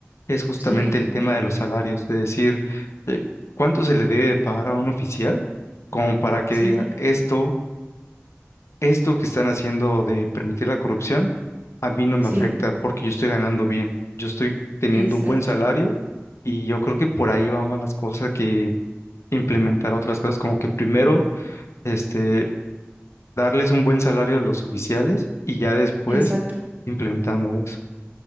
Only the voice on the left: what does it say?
es justamente
el tema de los salarios, de decir, eh, ¿cuánto se le debe de pagar a un oficial como para que
diga esto, esto que están haciendo de permitir la corrupción, a mí no me
afecta porque yo estoy ganando bien, yo estoy teniendo
un buen salario y yo creo que por ahí van más las cosas que implementar otras cosas, como que primero, este, darles un buen salario a los oficiales y ya después
implementando eso.